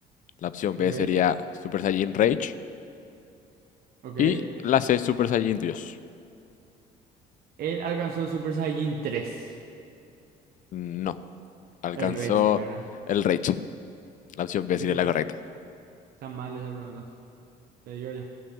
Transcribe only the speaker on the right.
ok,
ok.
Él alcanzó el Super Saiyajin 3.
El Rage es, ¿verdad?
Pero
está mal esa pregunta. Te digo ya.